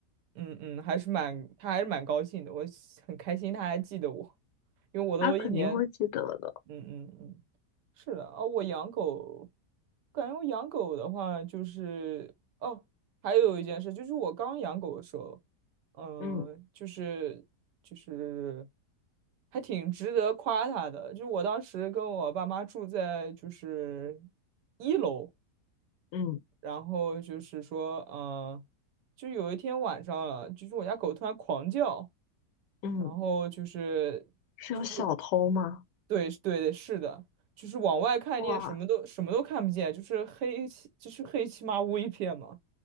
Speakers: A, on the right; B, on the left.
A: 嗯嗯，还是蛮，他还是蛮高兴的，我很开心他还记得我，因为我都一年，
B: 他肯定会记得的。
A: 嗯嗯嗯，是的，啊，我养狗，感觉我养狗的话就是，哦，还有一件事就是我刚养狗的时候，嗯，
B: 嗯
A: 就是就是还挺值得夸它的，就是我当时跟我爸妈住在就是一楼。
B: 嗯
A: 然后就是说，嗯、就有一天晚上了，就是我家狗突然狂叫，
B: 嗯，
A: 然后就是就是
B: 是有小偷吗？
A: 对对对，是的，就是往外看你也什么都什么都看不见，
B: 哇，
A: 就是黑漆就是黑漆麻乌一片嘛。